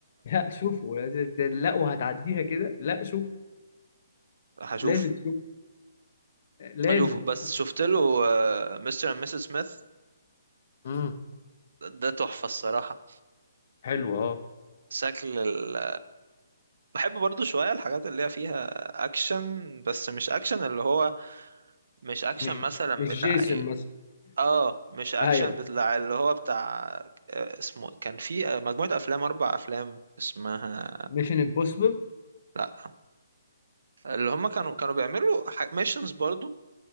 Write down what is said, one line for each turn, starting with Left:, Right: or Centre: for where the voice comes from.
Left: لا شوفه لازم- لا وهتعديها كده لا شوف
Right: هشوف
Left: لازم شوف لازم
Right: هشوف بس شفت له مستر اند مسز سميث
Left: امم
Right: ده تحفة الصراحة
Left: حلو اه
Right: شكل ال... بحب برضو شوية الحاجات اللي هي فيها اكشن بس مش اكشن اللي هو مش اكشن
Left: مش
Right: مثلا
Left: مش
Right: بتاع
Left: جيسون
Right: إيه،
Left: مثلا
Right: اه مش اكشن
Left: ايوه
Right: بتاع اللي هو بتاع آه، اسمه كان في آه، مجموعة افلام اربع افلام اسمها
Left: ميشن امبوسيبل
Right: لا اللي هم كانوا كانوا بيعملوا ميشنز برضو